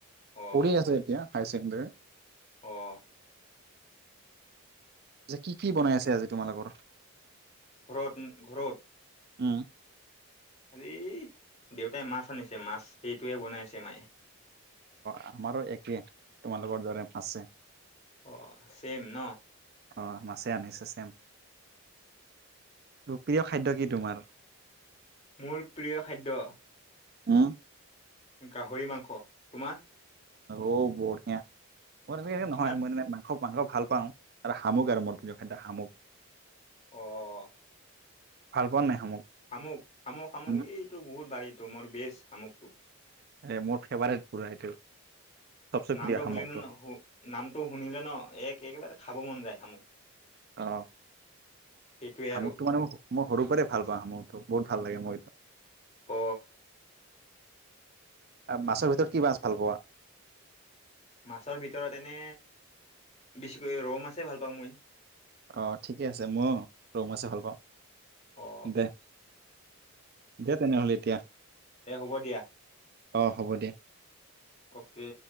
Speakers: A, on the left; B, on the right.
A: অ।
B: পঢ়ি আছে এতিয়া হায়াৰ ছেকেণ্ডৰী।
A: আহ
B: কি কি বনাই আছে আজি তোমালোকৰ?
A: ঘৰত ঘৰত।
B: উম
A: আজ দেউতাই মাছ আনিছে মাছ সেইটোয়ে বনাইছে মায়ে।
B: আমাৰো একে তোমালোকৰ দৰে আছে।
A: অ চেম ন।
B: অ মাছে আনিছে চেম প্ৰিয় খাদ্য কি তোমাৰ।
A: মোৰ প্ৰিয় খাদ্য।
B: আহ।
A: গাহৰি মাংস তোমাৰ।
B: ওও বৰিয়া। ম তেনেকে
A: তোমাৰ
B: নহয় মানে মাংস। মাংস ভাল পাওঁ আৰু শামুক আৰু মোৰ প্ৰিয় খাদ্য শামুক।
A: আহ
B: ভাল পোৱা নাই শামুক।
A: শামুক শামুক শামুক
B: উম,
A: এইটো বহুত ভাৰীটো মোৰ বেচ শামুক। উ
B: এ মোৰ ফেভাৰট বুঢ়া এইটো। চবচে
A: নামটো
B: প্ৰিয় শামুকটো।
A: শুলিলে নু নামটো শুনিলে ন একেবাৰে খাব মন যায় শামুক
B: অ
A: সেইটোৱে
B: শামুকটো
A: আৰু
B: মানে মই সৰু পৰাই ভাল পাওঁ শামুখটো বহুত ভাল লাগে মোৰ এইটো
A: প
B: মাছৰ ভিতৰত কি মাছ ভাল পোৱা
A: মাছৰ ভিতৰত এনে বেছিকৈ ৰৌ মাছেই ভাল পাওঁ মই
B: অ ঠিকে আছে মই ৰৌমাছে ভাল পাওঁ
A: অ
B: দে দে তেনেহ'লে এতিয়া
A: এ হ'ব দিয়া
B: অ হ'ব দিয়া
A: অকে